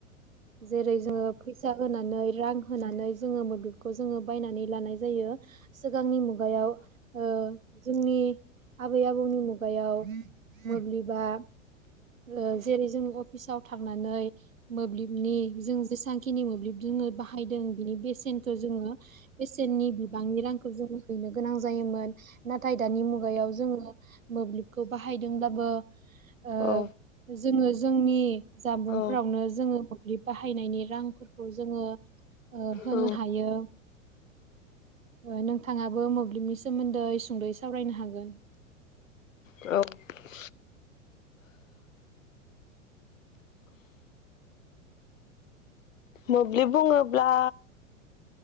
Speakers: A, on the right; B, on the left.
A: जेरै जोङो फैसा होनानै रां होनानै जोङो मोब्लिबखौ जोङो बायनानै लानाय जायो सिगांनि मु गायाव ओ जोंनि आबै आबौनि मुगायाव मोब्लिबा ओ जेरै जों अफिसाव थांनानै मोब्लिबनि जों जेसांखिनि मोब्लिब जोङो बाहायदों बिनि बेसेनखो जोङो बेसेननि बिबांनि रांखौ जोङो हैनो गोनां जायोमोन । नाथाय दानि मुगायाव जोङो मोब्लिबखौ बाहायदोंबाबो ओ
B: औ
A: जोङो जोंनि जानबुंफोरावनो
B: औ
A: जोङो मोब्लिब बाहायनायनि रांफोरखौ जोङो ओ‌ होनो
B: औ
A: हायो, ओ नोंथाङाबो मोब्लिबनि सोमोन्दै सुंद'यै सावरायनो हागोन ।
B: औ । मोब्लिब बुङोब्ला